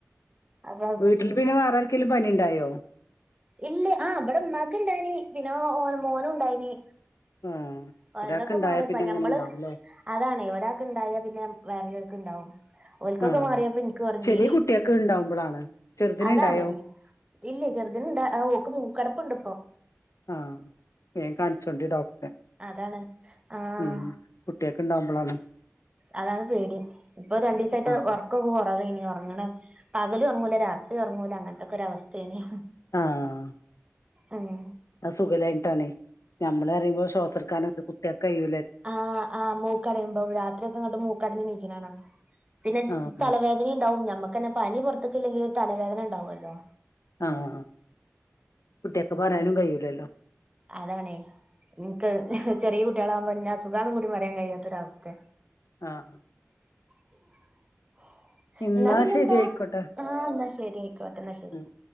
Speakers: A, on the right; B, on the left.
A: അപ്പൊ
B: വീട്ടിൽ പിന്നെ വേറെ ആർക്കെലും പനി ഉണ്ടായോ
A: ഇല്ലേ ആഹ് അവിടെ ഉമ്മാക്ക് ഇണ്ടായിനി പിന്നെ ഓ ഓന് മോനു ഉണ്ടായിനി
B: ഉം
A: ഓരതൊക്കെ
B: ഒരാക്ക് ഉണ്ടായ
A: മാറിയപ്പ
B: പിന്നെ അങ്ങനെ
A: ഞമ്മള്
B: ഉണ്ടാവൂല്ലേ
A: അതാണേ ഒരാൾക്ക് ഉണ്ടായാൽ പിന്നെ വേറെല്ലോർക്ക് ഉണ്ടാവും ഓൽക്കൊക്കെ
B: ആഹ്
A: മാറിയപ്പം ഇൻക്ക് തൊടങ്ങി
B: ചെറിയ കുട്ടിയക്ക് ഇണ്ടാവുമ്പളാണ് ചെറുതിന്
A: അതാണേ
B: ഇണ്ടായോ
A: ഇല്ല ചെറുതിന് ഇണ്ട് ഓക്ക് മൂക്കടപ്പുണ്ട് ഇപ്പൊ
B: ആഹ് വേൻ കാണിച്ചോണ്ടി ഡോക്ട റെ
A: അതാണ് ആഹ്
B: ഉം കുട്ടിയൊക്കെ ഉണ്ടാവുമ്പളാണ്
A: അതാണ് പേടി ഇപ്പൊ രണ്ടു ദിവസായിട്ട്
B: ആഹ്
A: വർക്കൊക്കെ കൊറവേനി ഉറങ്ണ പകലും ഒറങ്ങൂല രാത്രിം ഉറങ്ങൂല അങ്ങനത്തൊക്കെ ഒരു അവസ്ഥേ നി
B: ആഹ്
A: ആഹ്
B: അത് സുഖല്ലാഞ്ഞിട്ടാണേ ഞമ്മള് പറിമ്പോ ശ്വാസർക്കാന കുട്ടിയേക്കയ്യു
A: ആ ആ മൂക്കടയുമ്പോ രാത്രിയൊക്കെ ഇങ്ങട്ട് മൂക്കടഞ് നീച്ണ കാണ പിന്നെ ജ്
B: ആഹ്
A: തലവേദനിണ്ടാവും ഞമ്മക്കന്നെ പനി പുറത്ക്ക് ഇല്ലെങ്കിലും ഒരു തലവേദന ഉണ്ടാവല്ലോ
B: ആഹ് കുട്ടിയേക്ക് പറയാനും കഴിലല്ലോ
A: അതാണേ ഇൻക്ക് ചെറിയ കുട്ടികളാവുമ്പോ ഇന്ന അസുഖാന്നും കൂടി പറയാൻ കഴിയാത്തൊരവസ്ഥെ
B: ആഹ്
A: <unintelligible>
B: ഇന്നാ
A: എന്ന പിന്നെന്താ
B: ശരി ആയിക്കോട്ടെ
A: ആഹ് എന്നാ ശരി ആയിക്കോട്ടെ എന്നാ ശരി
B: ഉം